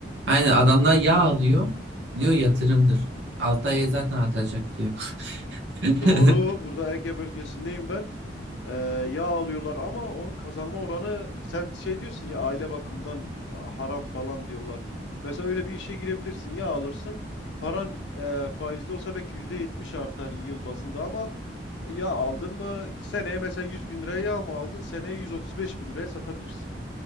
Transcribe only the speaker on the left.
He.
Doğru. Burada Ege bölgesindeyim ben. Ee, yağ alıyorlar ama onun kazanma oranı sen şey diyorsun ya aile bakımından haram falan diyorlar. Mesela öyle bir işe girebilirsin. Yağ alırsın. Paran e, faizli olsa belki %70 artar yıl bazında ama yağ aldın mı seneye mesela yüz bin liraya yağ mı aldın seneye yüz otuz beş bin liraya satabilirsin.